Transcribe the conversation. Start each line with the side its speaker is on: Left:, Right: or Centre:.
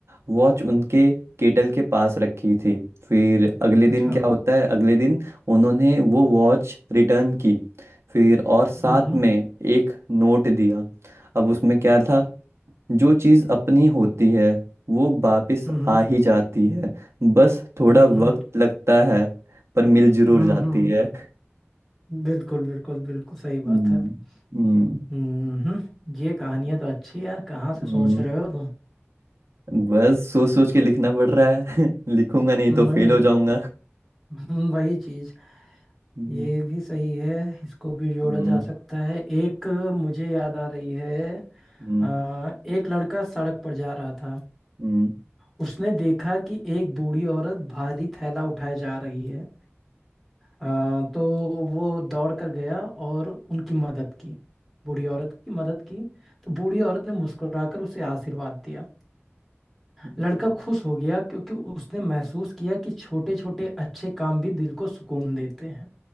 Right: वॉच उनके केटल के पास रखी थी फिर अगले दिन
Centre: अच्छा
Right: क्या होता है अगले दिन उन्होंने वो वॉच रिटर्न की फिर और साथ
Centre: हम्म हम्म
Right: में एक नोट दिया अब उसमें क्या था जो चीज़ अपनी होती है वो वापस
Centre: हम्म
Right: आ ही जाती है बस थोड़ा
Centre: हम्म
Right: वक्त लगता है पर मिल जरूर
Centre: हम्म
Right: जाती है
Centre: बिल्कुल बिल्कुल बिल्कुल सही बात
Right: हम्म
Centre: है
Right: हम्म
Centre: हम्म ये कहानियां तो अच्छी है यार कहाँ से
Right: हम्म,
Centre: सोच रहे हो तुम
Right: बस सोच सोच के लिखना पड़ रहा है <laughs> लिखूंगा
Centre: <laughs>
Right: नहीं
Centre: वही
Right: तो फेल हो जाऊंगा
Centre: हम्म, वही चीज
Right: हम्म
Centre: ये भी सही है इसको भी जोड़ा
Right: हम्म
Centre: जा सकता है एक मुझे याद आ रही है
Right: हम्म
Centre: अ, एक लड़का सड़क पर जा रहा था
Right: हम्म,
Centre: उसने देखा कि एक बूढ़ी औरत भारी थैला उठाए जा रही है अ, तो वो दौड़ कर गया और उनकी मदद की बूढ़ी औरत की मदद की तो बूढ़ी औरत ने मुस्कुराकर उसे आशीर्वाद दिया
Right: हम्म,
Centre: लड़का खुश हो गया क्योंकि उसने महसूस किया कि छोटे छोटे अच्छे काम भी दिल को सुकून देते हैं